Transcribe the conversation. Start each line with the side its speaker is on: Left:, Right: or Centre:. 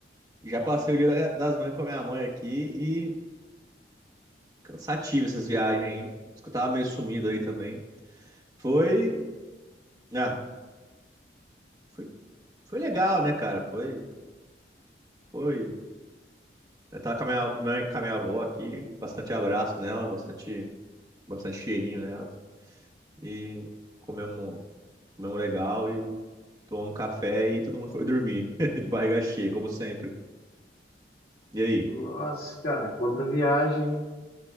Right: Já passei o dia da- das mães com a minha mãe aqui e cansativo essas viagens, hein? Acho que eu tava meio sumido aí também. Foi. Ah, foi, foi legal, né, cara? Foi. Foi. Eu tava com a minha mãe, com a minha avó aqui, bastante abraço nela, bastante. bastante cheirinho nelas. E comemos, comemos legal e tomamos um café e todo mundo foi dormir <laughs> de barriga cheia, como sempre. E aí,
Left: Nossa, cara, quanta viagem.